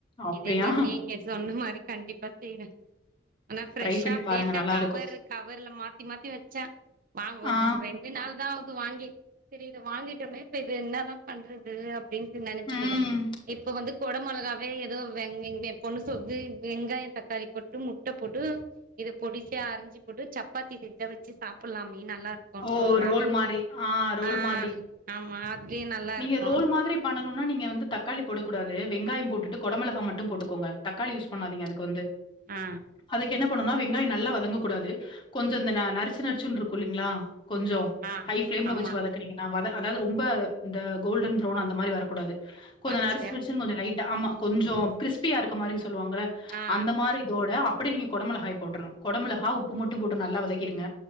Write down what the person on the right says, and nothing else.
இதே மாரி நீங்க சொன்ன மாரி கண்டிப்பா செய்றே ஆனா ப்ரெஷ்ஷா
அப்டியே
கவர்
கவர்ல மாத்தி மாத்தி வ செ வாங்க ஒரு
ரெண்டு நாள் தா ஆது வாங்கி சரி இது வாங்கிட்டோமே இப்ப இது என்னதா பண்றது அப்டின்னு நெனைச்சிருந்தே
இப்ப வந்து கொட மெளகாவே ஏதோ வெ இங்க என் பொண்ணு சொல்து வெங்காயம் தக்காளி போட்டு முட்ட போட்டு இத பொடிசியா அறிஞ்சு போட்டு சப்பாத்தி செஞ்சா வச்சு சாப்பிலாமே நல்லாருக்கு
சொல்றா
ஆ
ஆமா அப்டியே நல்லா
இருக்கு
ம்
ஆ
ஆ
ஆமா
பச்ச
ஆ
ஆ